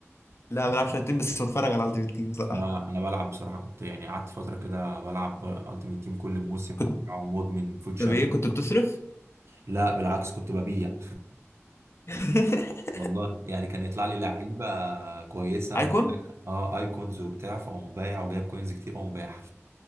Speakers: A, on the left; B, on the right.
A: لا ما بلعبش على التيم بس بتفرج على التيم التيم بصراحة
B: انا انا بلعب بصراحه كنت يعني قعدت فتره كده بلعب التيمت تيم كل موسم
A: كنت
B: وبتاع ومدمن فوت شامبيون
A: طب ايه كنت بتصرف
B: لا بالعكس كنت ببيع
A: <laughs>
B: <laughs> والله يعني كان يطلع لي لعيبه كويسه
A: ايكون
B: وبتاع. اه ايكونز وبتاع فاقوم بايع وجايب كوينز كتير واقوم بايع